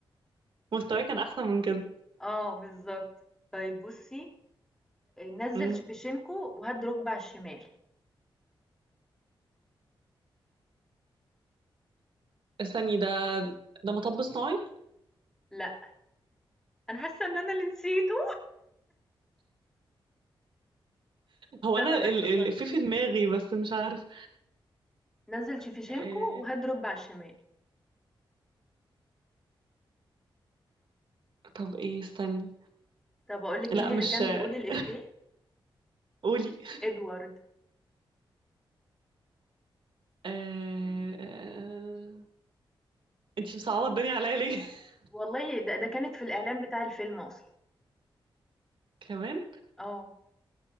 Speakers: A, on the right; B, in the centre.
A: مستواي كان احسن من كده
B: آه بالضبط. طيب بُصّي، آآ نزّل
A: امم
B: شيفتشينكو وهَد رُكبة على الشمال.
A: استني ده ده مطب صناعي
B: لأ، أنا حاسة إن أنا اللي نسيته.
A: هو
B: لا،
A: انا
B: لا، لا افتكرت.
A: ال- ال- الإفيه في دماغي بس مش
B: إمم.
A: عارف
B: نزل شيفتشينكو
A: آه،
B: وهات رد على الشمال
A: طب ايه استني
B: طب اقول لك
A: لا
B: مين
A: مش
B: اللي كان
A: <laughs>
B: بيقول الإفيه
A: قولي
B: ادوارد
A: آه، آه، انتي مصعبه الدنيا عليا ليه <laughs>
B: والله ده, ده كانت في الإعلان بتاع الفيلم أصلا
A: كمان
B: اه